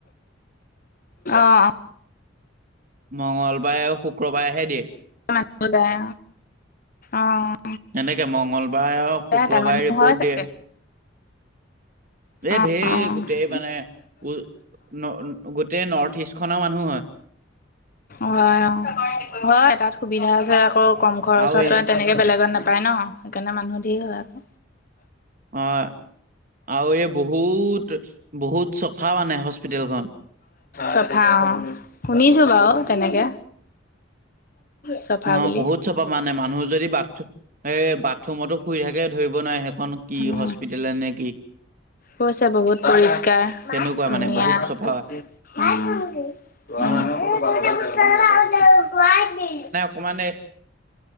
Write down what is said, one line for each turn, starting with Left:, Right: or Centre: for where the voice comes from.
Left: অ
Right: মঙ্গলবাৰে আৰু শুক্ৰবাৰেহে দিয়ে।
Left: মাতব যায় আৰু।
Right: এনেকে মঙ্গলবাৰে আৰু শুক্ৰবাৰে
Left: তাত মানুহ
Right: ৰিপ'ৰ্ট
Left: হয়
Right: দিয়ে।
Left: চাগে
Right: এ
Left: অ
Right: ঢেৰ
Left: অ
Right: গোটেই মানে উ ন তেই নৰ্থ ইষ্টখনৰ মানুহ হয়।
Left: হয়, অ' হয় তাত সুবিধা আছে আকৌ। কম খৰচত
Right: আৰু এই
Left: হয় তেনেকৈ বেলেগত নাপায় ন, সেইকাৰণে মানুহ ধেৰ হয় আকৌ।
Right: অ' আৰু এই বহুত বহুত চফা মানে হস্পিিতেলখন।
Left: চফা অ', শুনিছো বাৰু তেনেকে। চফা
Right: অ'
Left: বুলি।
Right: বহুত চফা মানে মানুহ যদি বাথম এ বাথৰুমতো শুই থাকে ধৰিব নোৱাৰে সেইখন কি
Left: উম,
Right: হস্পি দিলে নেকি?
Left: কৈছে বহুত পৰিষ্কাৰ
Right: তেনেকুৱা
Left: ধুনীয়া।
Right: মানে বহুত চফা
Left: <unintelligible>
Right: অ' অকমানে